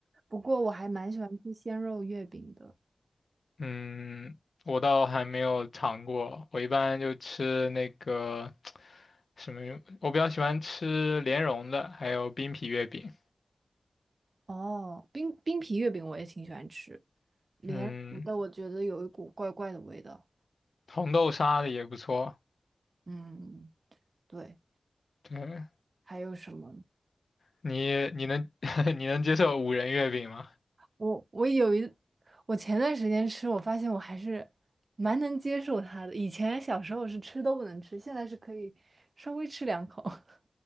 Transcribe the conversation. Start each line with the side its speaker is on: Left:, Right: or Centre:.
Right: 不过我还蛮喜欢吃鲜肉月饼的。
Left: <laughs> 嗯，我倒还没有尝过，我一般就吃那个什么，我比较喜欢吃莲蓉的，还有冰皮月饼。
Right: 哦，冰冰皮月饼我也挺喜欢吃，莲蓉的我觉得有一股怪怪的味道。
Left: 嗯，红豆沙的也不错。
Right: 嗯，对，
Left: 对，
Right: 还有什么？
Left: 你你能 <laughs> 你能接受五仁月饼吗？
Right: 我我有一，我前段时间吃，我发现我还是蛮能接受它的。以前小时候是吃都不能吃，现在是可以稍微吃两口，<laughs>